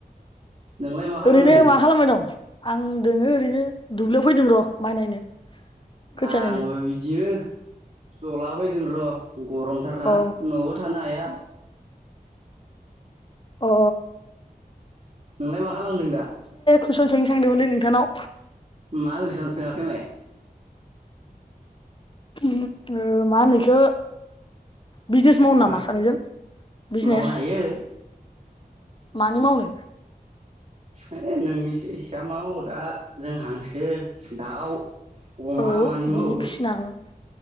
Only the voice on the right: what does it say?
नोंलाय मा खालामदों?
आं
बो बिदिनो जलाबाय फदों र गरमथारना
नयावबो थानो हाया।
नोंलाय मा खालामदों दा
मा कुयसन सोङाखै माय
मा
मावनो हायो
ओ नोंनिसो इससा मा मावो दा जों हांसो दाउ अमा
मानि मावो